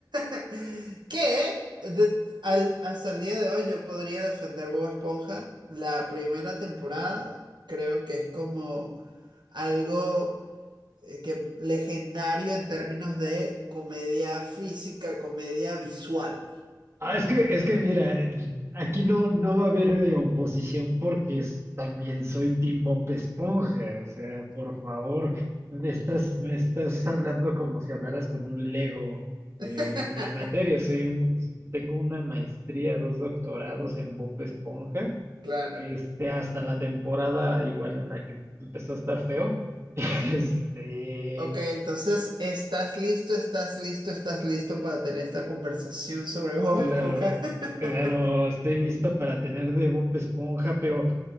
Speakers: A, on the right; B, on the right.
A: <laughs> que de- al- hasta el día de hoy yo podría defender Bob Esponja. La primera temporada creo que es como algo eh, que legendario en términos de comedia física, comedia visual.
B: Ah, es que, es que mira, aquí no, no va a haber eh, oposición porque es- también soy Team Bob Esponja. O sea, por favor, me estás, me estás hablando como si hablaras con un Lego.
A: <laughs>
B: eh, en la materia, soy un, tengo una maestría, dos doctorados en Bob Esponja.
A: Claro.
B: Este, hasta la temporada igual en la que empezó a estar feo. <laughs> Este,
A: Ok, entonces, ¿estás listo, estás listo, estás listo para tener esta conversación sobre Bob
B: claro,
A: Esponja? <laughs>
B: claro, estoy listo para tener de Bob Esponja, pero.